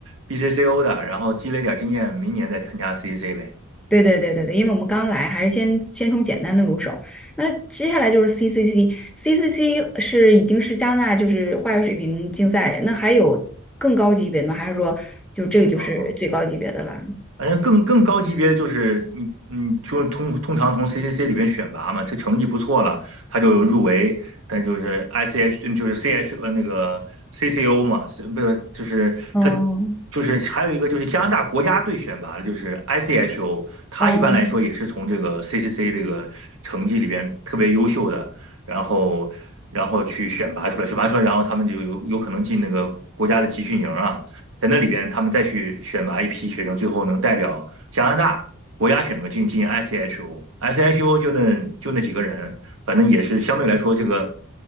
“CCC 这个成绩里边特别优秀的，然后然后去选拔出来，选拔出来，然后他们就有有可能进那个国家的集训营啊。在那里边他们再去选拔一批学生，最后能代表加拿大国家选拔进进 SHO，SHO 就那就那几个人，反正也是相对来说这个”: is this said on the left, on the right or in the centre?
Right